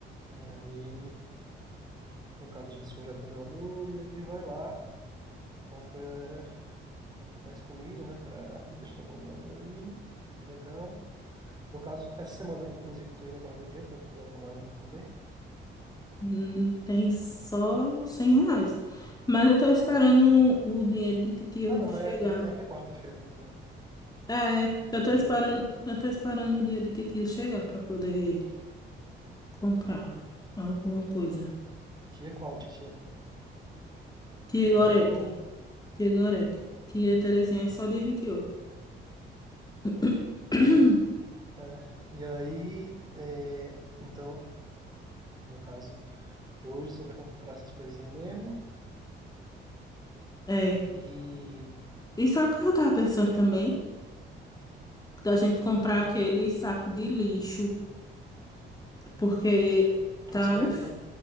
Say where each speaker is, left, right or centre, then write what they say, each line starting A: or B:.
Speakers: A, on the right; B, on the left.
A: E aí, no caso, a gente descongela o congelador e aí vai lá, compra mais comida, né, para deixar o congelador aí. Legal. No caso, essa semana, inclusive, tu ainda guardou dinheiro para comprar o camarão também?
B: hum, tem só 100 reais. Mas eu tô esperando o dinheiro de titia
A: Ah, não, mas
B: chegar.
A: é que é, que é quarta-feira, né, também.
B: É,
A: O
B: eu
A: cara
B: tô esperando,
A: chega.
B: eu tô esperando o dinheiro de titia chegar pra poder comprar alguma coisa.
A: Titia qual, titia?
B: Tia
A: Gorete
B: Gorete,
A: ou.
B: tia Gorete, tia Terezinha é só dia 28. <coughs> <clears throat>
A: Entendi. É, e aí, é, então, no caso. Hoje só vai comprar essas coisinhas mesmo.
B: É.
A: E.
B: E sabe o que eu tava pensando também?
A: é,
B: Da gente
A: Sim,
B: comprar
A: pode falar.
B: aquele saco de lixo Porque tá
A: Os
B: um...
A: pretos?
B: inf-